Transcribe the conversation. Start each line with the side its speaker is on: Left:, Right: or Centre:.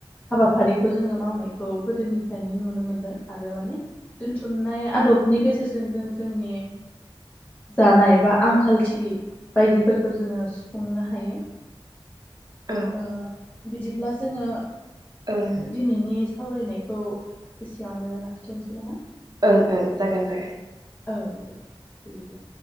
Left: हाबाफारिखौ जोङो मावनायखौ गोदोनिफ्रायनो नुनो मोनदों आरो माने दोनथुमनाय आदबनि गेजेराव गेरजों जों जोंनि जानाय बा आंखालथि बायदिफोरखौ जोङो सुफुंनो हायो।
Right: औ
Left: ओ बिदिब्ला जोङो
Right: ओं
Left: दिनैनि सावरायनायखौ एसेयावनो लाखिथ'नोसै नामा
Right: ओं ओं जागोन दे -
Left: औ दे। <unintelligible>